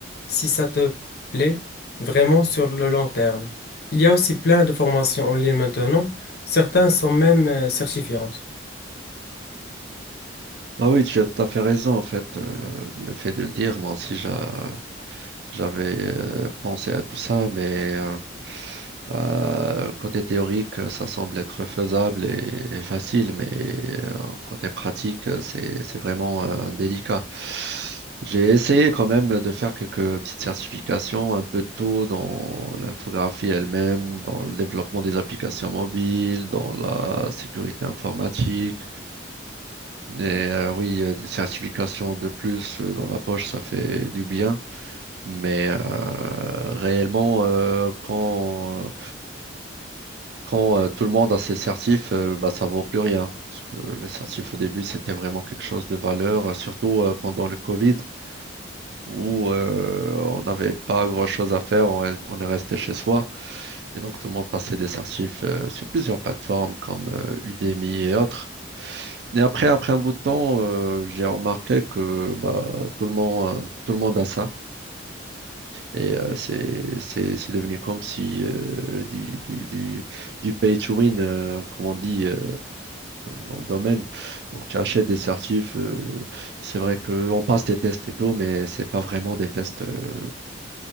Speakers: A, on the left; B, on the right.
A: si ça te plaît vraiment sur le long terme. Il y a aussi plein de formations en ligne maintenant. Certaines sont même euh, certifiantes.
B: Ah oui, tu as tout à fait raison, en fait, euh, le fait de le dire, moi aussi j'a- j'avais euh, pensé à tout ça, mais euh, euh, côté théorique, ça semble être faisable et, et facile, mais euh, côté pratique, c'est, c'est vraiment euh, délicat. J'ai essayé quand même de faire quelques petites certifications, un peu de tout dans l'infographie elle-même, dans le développement des applications mobiles, dans la sécurité informatique. Et euh, oui, euh, des certifications de plus euh, dans la poche, ça fait du bien. Mais euh, réellement, euh, quand, quand euh, tout le monde a ses certifs, euh, bah, ça vaut plus rien. Parce que les certifs au début, c'était vraiment quelque chose de valeur, euh, surtout euh, pendant le Covid, où euh, on n'avait pas grand-chose à faire, on, est on est resté chez soi. Et donc, tout le monde passait des certifs euh, sur plusieurs plateformes comme euh, Udemy et autres. Et après, après un bout de temps, euh, j'ai remarqué que bah, tout le monde, euh, tout le monde a ça. Et euh, c'est, c'est, c'est devenu comme si euh, du, du, du, du pay to win, euh, comme on dit euh, dans le domaine. Donc tu achètes des certifs. euh, c'est vrai que on passe des tests et tout, mais c'est pas vraiment des tests euh,